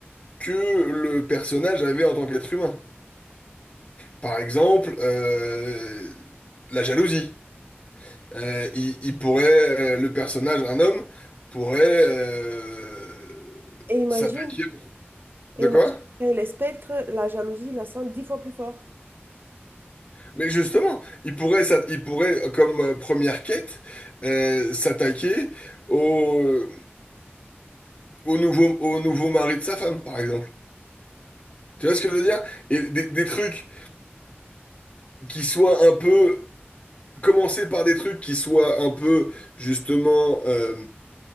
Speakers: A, on the left; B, on the right.
A: que le personnage avait en tant qu'être humain. Par exemple, euh, la jalousie. Euh, il, il pourrait, euh, le personnage, un homme, pourrait euh,
B: et imagine
A: s'attaquer.
B: et
A: De quoi?
B: imagine et les spectres la jalousie la sang dix fois plus fort
A: Mais justement, il pourrait, s'att- il pourrait comme euh, première quête, euh, s'attaquer au, au nouveau, au nouveau mari de sa femme, par exemple. Tu vois ce que je veux dire? Et des, des trucs qui soient un peu... Commencer par des trucs qui soient un peu, justement, euh,